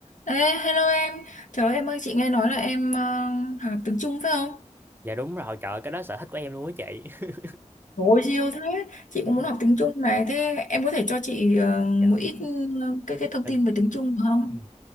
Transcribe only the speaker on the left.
Ê, hello em. Trời ơi, em ơi, chị nghe nói là em ờ, học tiếng Trung phải không?
Trời ơi, siêu thế. Chị
cũng muốn học tiếng Trung này. Thế em có thể cho chị ờ, một
ít ờ, cái cái thông
tin về tiếng Trung được không?